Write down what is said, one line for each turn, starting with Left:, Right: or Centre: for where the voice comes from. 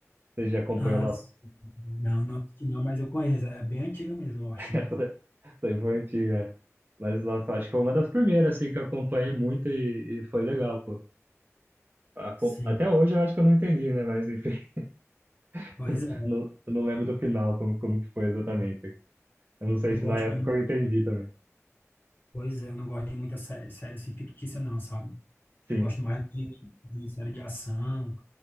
Right: Você já acompanhou
Left: Ah,
Right: Lost?
Left: sim. não, não assisti não, mas eu conheço. É bem antiga mesmo, Lost,
Right: <laughs>
Left: né?
Right: Isso aí foi antiga. é. Mas, nossa, eu acho que foi uma das primeiras, assim, que eu acompanhei muito e, e foi legal, pô. Aco-
Left: Sim,
Right: Até hoje eu acho que eu não entendi, né? Mas, enfim, <laughs>
Left: pois
Right: eu
Left: é.
Right: não, eu não lembro do final, como, como que foi exatamente.
Left: Eu
Right: Eu não sei
Left: não
Right: se
Left: gosto
Right: na época
Left: de, mu-
Right: eu entendi também.
Left: pois é, eu não gosto de muita sé- série assim fictícia, não, sabe?
Right: Sim,
Left: Eu gosto mais de, de série de ação,